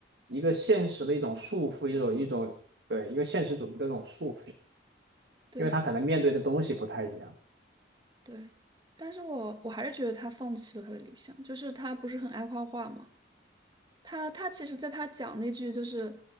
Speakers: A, on the right; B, on the right.
A: 一个现实的一种束缚，一种一种对一个现实主义的这种束缚，
B: 对
A: 因为他可能面对的东西不太一样。
B: 对，但是我我还是觉得他放弃了他的理想，就是他不是很爱画画嘛。他他其实，在他讲那句就是